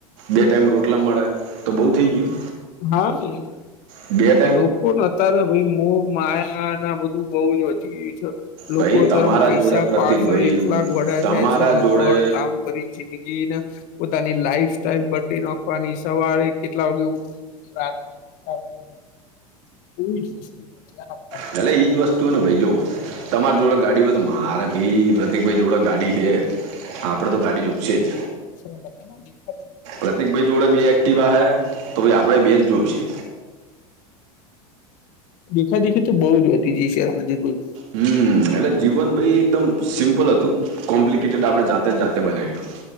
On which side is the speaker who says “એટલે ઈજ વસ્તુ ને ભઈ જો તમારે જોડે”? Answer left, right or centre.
Right